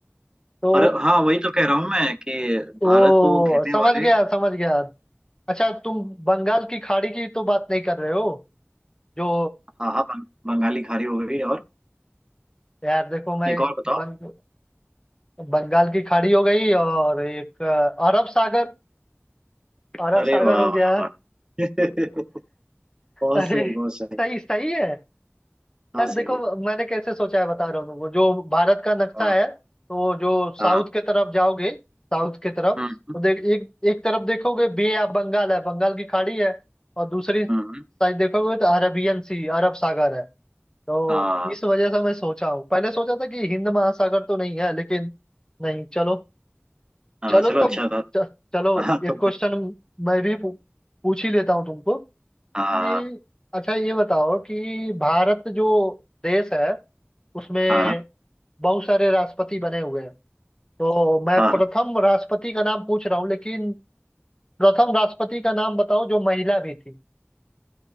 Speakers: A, on the left; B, on the right.
A: तो
B: और हाँ वही तो कह रहा हूँ मैं कि
A: वो
B: भारत को घेरने
A: समझ
B: वाले
A: गया समझ गया अच्छा तुम बंगाल की खाड़ी की तो बात नहीं कर रहे हो जो
B: हाँ हाँ बंग, बंगाली खाड़ी हो गई और
A: यार देखो मैं
B: एक और बताओ
A: बंग, बंगाल की खाड़ी हो गई और एक अ, अरब सागर अरब
B: अरे
A: सागर
B: वाह
A: हो
B: वाह
A: गया
B: वाह
A: <laughs>
B: <laughs> बहुत
A: अरे
B: सही बहुत सही
A: सही सही है
B: हाँ
A: यार
B: सही
A: देखो
B: है
A: मैंने कैसे सोचा है बता रहा हूँ वो जो भारत का नक्शा
B: <laughs> हाँ
A: है तो जो साउथ
B: हाँ
A: के तरफ जाओगे साउथ के तरफ
B: हम्म
A: तो देख एक एक तरफ देखोगे बे ऑफ बंगाल है बंगाल की खाड़ी है और दूसरी साइड
B: हम्म, हम्म,
A: देखोगे तो अरबियन सी अरब सागर है तो
B: हाँ
A: इस वजह से मैं सोचा हूँ पहले सोचा था कि हिंद महासागर तो नहीं है लेकिन नहीं चलो
B: हाँ
A: चलो
B: चलो
A: तो
B: अच्छा था
A: च, चलो
B: <laughs> हाँ
A: एक
B: तो कुछ
A: क्वेश्चन मैं भी पू, पूछ ही लेता हूँ तुमको
B: हाँ
A: कि अच्छा ये बताओ कि भारत जो देश है उसमें
B: हाँ
A: बहुत सारे राष्ट्रपति बने हुए हैं तो मैं
B: हाँ
A: प्रथम राष्ट्रपति का नाम पूछ रहा हूँ लेकिन प्रथम राष्ट्रपति का नाम बताओ जो महिला भी थी